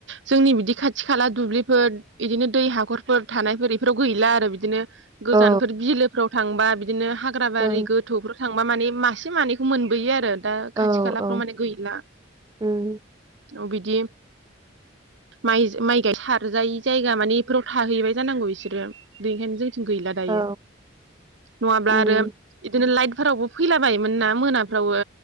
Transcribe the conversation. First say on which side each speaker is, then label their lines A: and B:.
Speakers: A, on the right (about 65°); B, on the right (about 20°).
A: जोंनि बिदि खाथि खाला दुब्लिफोर इदिनो दै हाखरफोर थानायफोर बेफोराव गैला आरो बिदिनो गोजानफोर
B: औ
A: बिलोफ्राव थांबा बिदिनो हाग्रा बारि
B: औ
A: गोथौ थांबा माने मासे मानैखौ मोनबोयो आरो दा
B: औ
A: खाथि खालाफ्राव
B: औ
A: माने गैला
B: उम
A: औ बिदि माइ माइ गाय सारजायि जायगा माने बेफोराव थाहैबाय जानांगौ इसोरो बेनिखायनो जों गैला दायो
B: औ
A: नङाब्ला
B: उम
A: आरो इदिनो लाइट फोरावबो फैलाबायोमोन ना मोनाफ्रावबो